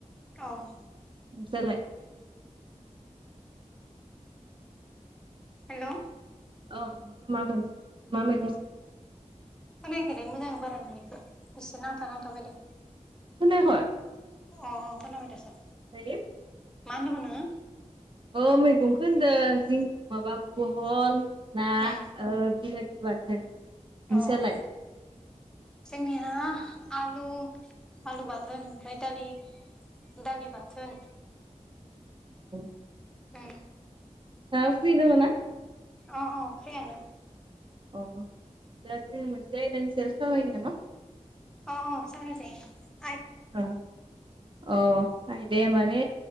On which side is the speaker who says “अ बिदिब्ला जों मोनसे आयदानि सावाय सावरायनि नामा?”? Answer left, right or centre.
Right